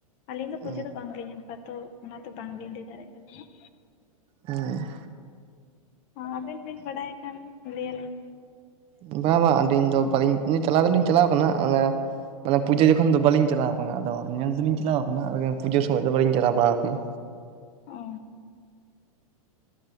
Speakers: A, on the left; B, on the right.
A: ᱟᱹᱞᱤᱧ ᱫᱚ
B: ᱦᱮᱸ
A: ᱯᱩᱡᱟᱹ ᱫᱚ ᱵᱟᱝᱞᱤᱧ ᱧᱟᱢ ᱟᱠᱟᱫ ᱛᱚ ᱚᱱᱟ ᱫᱚ ᱵᱟᱝᱞᱤᱧ ᱞᱮᱭ ᱫᱟᱲᱮᱭᱟᱜ ᱠᱟᱱ ᱛᱟᱦᱮᱱᱟ᱾
B: ᱚᱸ
A: ᱟᱵᱤᱱ ᱵᱤᱱ ᱵᱟᱰᱟᱭ ᱠᱷᱟᱱ ᱞᱮ ᱟᱹᱞᱤᱧ ᱵᱮᱱ?
B: ᱵᱟᱝ ᱵᱟᱝ ᱟᱹᱞᱤᱧ ᱫᱚ ᱵᱟᱹᱞᱤᱧ ᱪᱟᱞᱟᱣ ᱫᱚᱞᱤᱧ ᱪᱟᱞᱟᱣ ᱠᱟᱱᱟ ᱚᱱᱮ ᱢᱟᱱᱮ ᱯᱩᱡᱟᱹ ᱡᱚᱠᱷᱚᱱ ᱫᱚ ᱵᱟᱹᱞᱤᱧ ᱪᱟᱞᱟᱣ ᱠᱟᱱᱟ ᱟᱫᱚ ᱧᱮᱞ ᱫᱚᱞᱤᱧ ᱪᱟᱞᱟᱣ ᱟᱠᱟᱱᱟ ᱟᱫᱚ ᱯᱩᱡᱟᱹ ᱥᱚᱢᱚᱭ ᱫᱚ ᱵᱟᱞᱤᱧ ᱪᱟᱞᱟᱣ ᱵᱟᱲᱟ ᱟᱠᱟᱱᱟ᱾
A: ᱚ᱾